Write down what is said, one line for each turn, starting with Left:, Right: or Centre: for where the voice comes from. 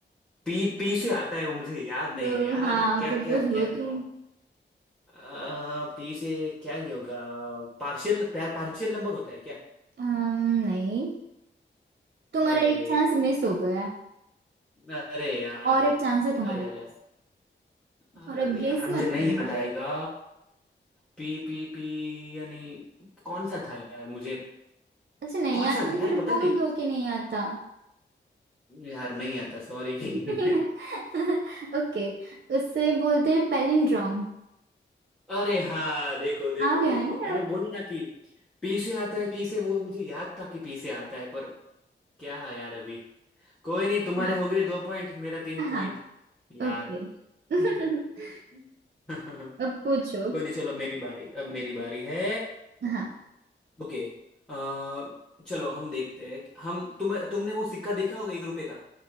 Centre: पी पी से आता है वो मुझे याद नहीं
Right: तो
Centre: है यार
Right: हाँ
Centre: क्या
Right: क्लोज
Centre: क्या क्या
Right: हो
Centre: है
Right: तुम
Centre: आ, पी से क्या ही होगा पार्शियल पार्शियल नंबर होता है क्या
Right: अम्म, नहीं तुम्हारा
Centre: अरे
Right: एक चांस मिस हो गया
Centre: अरे यार
Right: और एक चांस है तुम्हारे
Centre: अरे
Right: पास
Centre: अरे अरे
Right: और अब गेस
Centre: यार मुझे
Right: मत
Centre: नहीं
Right: करना
Centre: याद आएगा पी पी पी यानी कौन सा था यार मुझे
Right: अच्छा नहीं
Centre: कौन
Right: आता
Centre: सा था
Right: तो
Centre: यार
Right: फिर
Centre: पता
Right: बोल
Centre: नहीं
Right: दो
Centre: मुझे
Right: कि नहीं आता
Centre: यार नहीं आता सॉरी <laughs>
Right: <laughs> ओके उससे बोलते हैं पैलिंड्रोम
Centre: अरे हाँ देखो देखो
Right: आ गया
Centre: देखो
Right: है ना
Centre: मैंने
Right: याद
Centre: बोला ना कि पी से आता है पी से वो मुझे याद था कि पी से आता है पर क्या है यार अभी कोई नहीं तुम्हारे
Right: हाँ
Centre: हो गए दो पॉइंट मेरा तीन
Right: हाँ
Centre: पॉइंट यार
Right: ओके
Centre: <laughs>
Right: <laughs>
Centre: कोई
Right: अब पूछो
Centre: नहीं चलो मेरी बारी अब मेरी बारी है
Right: हाँ
Centre: ओके अ, चलो हम देखते हैं हम तुम तुमने वो सिक्का देखा होगा एक रुपए का